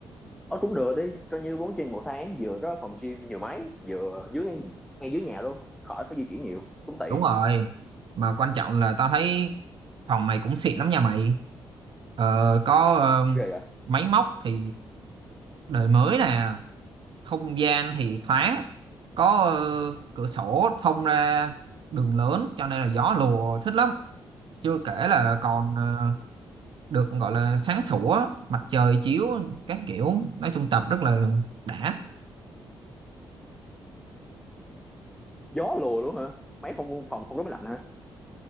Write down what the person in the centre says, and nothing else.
ờ cũng được đi coi như bốn chuyên một tháng vừa đó phòng gym nhiều máy vừa dưới ngay, ngay dưới nhà luôn khỏi phải di chuyển nhiều cũng tiện
ghê vậy
gió lùa luôn hả mấy không phòng không rất lạnh hả